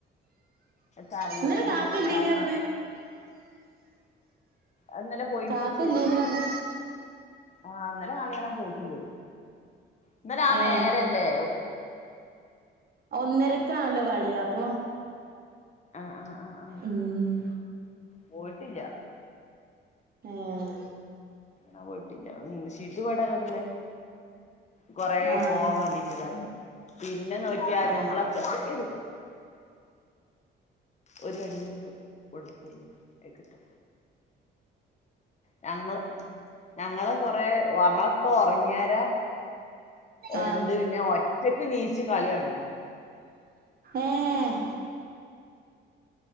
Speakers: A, on the left; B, on the right.
A: തറില്ല
B: ഇന്നലെ
A: വേ
B: കാക്കല്ലേനി
A: കുപ്പായ
B: പറഞ്ഞ്
A: മാറ്റ അന്നലെ പോയിക്ക്ു
B: കാക്കല്ലേനി
A: ഇന്നലെ
B: പറഞ്ഞ്
A: ആഹ അന്നലെ കള കാണാൻ പോയിട്ടില്ലേ ഇന്നലെ ആ
B: ഏ
A: നേരല്ലേ ഓ
B: ഒന്നരക്കാണല്ലോ കളിയാ അപ്പൊ
A: ആഹ് ആഹ് ആഹ ആഹ
B: ഉം
A: പോയിട്ടില്ല
B: ആഹ
A: ആ പോയിട്ടില്ല ഉ ശിതു വട കിടന്ന കൊറെ
B: ആഹ്
A: പോവാൻ വേണ്ടിട്ടതായിരുന്നു പിന്നെ നോക്കിയാ
B: ഏ
A: ഞങ്ങളൊക്കെ ഇത് ഒരു രണ്ട് കൊടുത്തി ആ കിട്ടെ ഞങ്ങള് ഞങ്ങള് കൊറെ ഞങ്ങളൊക്കെ ഉറങ്ങിയരാ എന്ത്
B: ആഹ്
A: പിന്നെ ഒറ്റക്ക് നീച്ച് കളിയാണേ
B: ആഹ